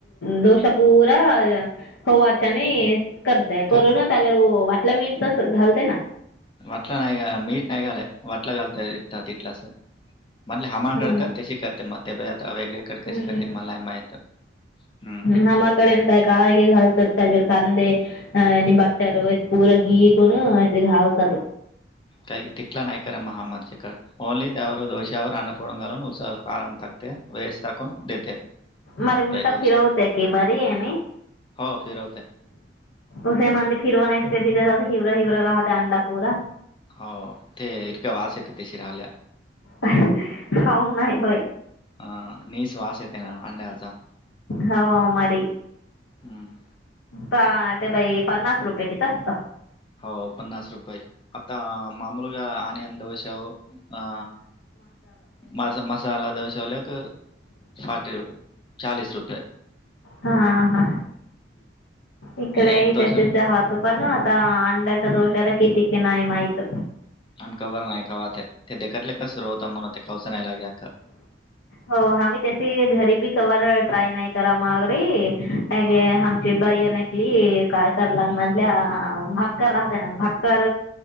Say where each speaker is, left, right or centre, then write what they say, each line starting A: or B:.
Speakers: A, on the left; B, on the left.
A: डोश पूरा खवाच्या आणि करत. ते
B: कर
A: करून अगर वाटलं मीठ तरस घालते ना.
B: वटला नाही. का मीट नाही घाला वटला घालतात इटलास. म्हटले हमाकडे
A: हा
B: तर तशी करते मग ते आता वेगरेकडे
A: हम्म
B: कशी करते मला नाही माहित. हम्म.
A: मामाकडे <unintelligible> घालतात त्याज्यात कांदे अ आणि बट्टर पूर घी करून असे घालतात.
B: काही तिथला नाही कर म हा माझ्याकड ओनली त्यावर दोष्यायावर अड फोडून गल उस कार तक वेस ताकून देते.
A: मर उलटा
B: डोसा.
A: फिरवते की मरीये नी.
B: हो, फिरवते.
A: उसे मंदे फिरवा नाहीय ते सिे हिवरं हिववरं राहत अंडा पुूरा.
B: हो ते इर्घ वास येत तेशी ऱ्हाल्या.
A: खाऊन नाही होय
B: हा नि शवास येत ना अंड्याचा
A: हो मारी
B: हम्म
A: ते बाई पन्नास रुपये किती असत
B: हो पन्नास रुपये आता मामूलगा आणि अंधवशाह हा माझ मा मसाला दशवल्याक फटी रप चाळीस रुपये.
A: हा हा. इकडे
B: एक दोशाला
A: तशच्या हातो पण आता अंडाच्या दोषाला किती कि नाही माहीत.
B: आम का बरं नाही खावा ते ते देखतले कसर होतं म्हण ते खावचं नाही लागे अखं
A: हो आम्ही त्याची घरी बी कवर ट्राय नाही करा मगरीे अे ग
B: अ,
A: हमची बाई अनेक. ली कायकरला म्हटल्या भाक्कर राहतय ना भाक्कर